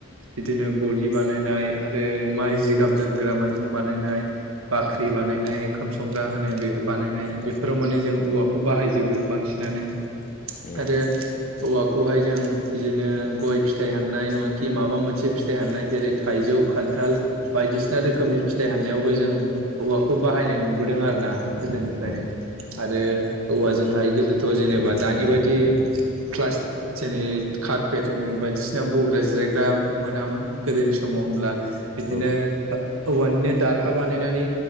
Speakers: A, on the right (about 80°); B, on the left (about 40°).
A: बिदिनो गलि बानायनाय आरो आरो माइ जिगाब दोनग्रा मायरं बानायनाय बाख्रि बानायनाय ओंखाम संग्रा होनो बेखौ बानायनाय बेाव माने जों औवाखौ बायजो बांसिनानो
B: उम
A: आरो हौवाखौहाय जों इदिनो गय फिथाइ हाननाय नंआ खि माबा मोनसे फिथाय हाननाय जेरै थियजौ खान्थाल बायदिसिना रोखोमनि फिथाय साननायाव बो जों औवाखौ बाहायनाय नुनो दों आरो ना गोदोनिफ्रायनो
B: औ
A: आरो औवाजोंहाय गोदोथ' जेनेबा दानि बायदिला जेन कारपेट होनो बायदिसिना बग्रा जिरायग्रा मोनामोन गोदोनि समाव होनोमब्ला बिदिनो
B: औ
A: औवानिनो दारहा बानायनानै